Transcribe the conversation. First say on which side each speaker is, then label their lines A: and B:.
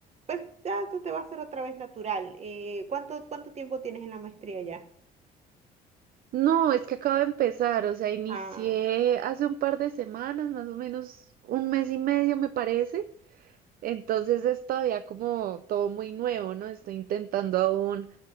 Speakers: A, on the right; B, on the right.
A: pues ya te, te va a ser otra vez natural. Eh, ¿cuánto, cuánto tiempo tienes en la maestría ya?
B: no, es que acabo de empezar, o sea, inicié
A: Ah,
B: hace un par de semanas, más o menos un mes y medio me parece, entonces es todavía como todo muy nuevo, ¿no? Estoy intentando aún